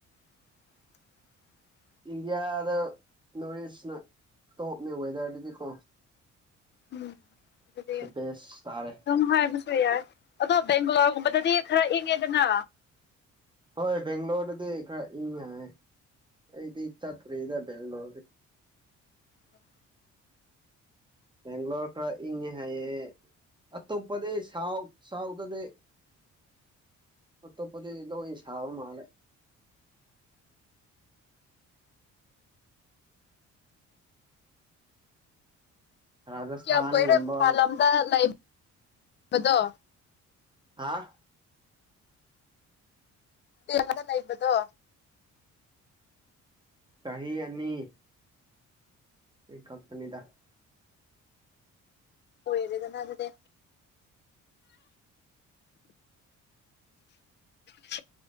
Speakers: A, on the left; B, on the right.
A: <inaudible>
B: ꯏꯟꯗꯤꯌꯥꯗ ꯅꯣꯔꯠ ꯏꯁꯅ ꯇꯣꯞꯅꯦ ꯋꯦꯗꯔꯗꯨꯗꯤꯀꯣ
A: ꯎꯝ ꯑꯗꯨꯗꯤ ꯑꯗꯨꯝ
B: ꯕꯦꯁ ꯇꯥꯔꯦ
A: ꯍꯥꯏꯕꯁꯨ ꯌꯥꯏ ꯑꯗꯣ ꯕꯦꯡꯒꯂꯣꯔ ꯍꯕꯗꯗꯤ ꯈꯔ ꯏꯪꯉꯦꯗꯅ
B: ꯍꯣꯏ ꯕꯦꯡꯒꯂꯣꯔꯗꯗꯤ ꯈꯔ ꯏꯪ ꯑꯩꯗꯤ ꯏ ꯆ ꯇꯔꯦꯗ ꯦꯜꯅꯍꯔꯦ
A: ꯎꯝ
B: ꯕꯦꯡꯒ꯭ꯂꯣꯔ ꯈꯔ ꯏꯪꯉꯦ ꯍꯥꯏꯌꯦꯦ ꯑꯇꯣꯞꯄꯗꯤ ꯁꯥꯎꯠ ꯁꯥꯎꯠꯇꯗꯤ ꯑ ꯇꯣꯞꯄꯗꯤꯗꯣ ꯏꯁꯥꯕ ꯃꯥꯂꯦ ꯔꯥꯖꯁꯊꯥꯟꯒꯨꯝꯕ
A: ꯀꯌꯥꯝ ꯀꯨꯏꯔꯦ ꯃ ꯄꯥꯂꯝꯗ ꯂꯩꯕꯕꯗꯣ
B: ꯍꯥꯥ
A: ꯇꯦꯟꯗ ꯂꯩꯕꯗꯣ
B: ꯀ ꯑꯅꯤ ꯑꯩ ꯀꯥꯛꯄꯅꯤꯗ
A: ꯑꯣꯏꯔꯗꯅ ꯑꯗꯨꯗꯦ <inaudible>